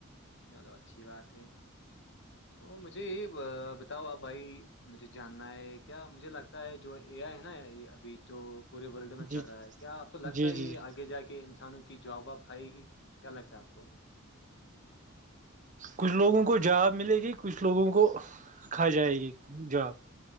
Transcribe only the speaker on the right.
جی
جی
جی
جی
کچھ لوگوں کو جاب ملے گی کچھ لوگوں کو کھا جائے گی جاب